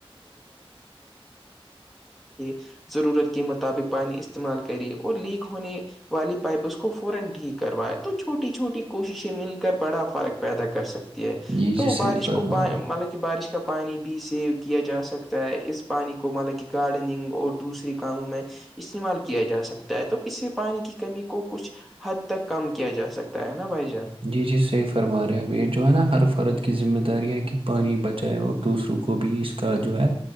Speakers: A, in the centre; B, on the right.
A: <unintelligible> ضرورت کے مطابق پانی استعمال کرے اور لیک ہونے والی پائپ اس کو فورا ٹھیک کروایا چھوٹی چھوٹی کوششیں مل کر بڑا فرق پیدا کر سکتی ہے
B: جی جی
A: تو
B: صحیح
A: بارش
B: فرما
A: کو پا
B: رہے ہیں آپ
A: مطلب بارش کا پانی بھی سیو کیا جا سکتا ہے اس پ پانی کو مطلب کہ گارڈننگ اور دوسری کا ہوں میں استعمال کیا جا سکتا ہے تو اس سے پانی کی کمی کو کچھ حد تک کم کیا جا سکتا ہے نا بھائی جان
B: جی جی صحیح فرما رہے ہیں اب یہ جو ہے نا ہر فرد کی ذمہ داری ہے کہ پانی بچائے اور دوسروں کو کو بھی اس کا جو ہے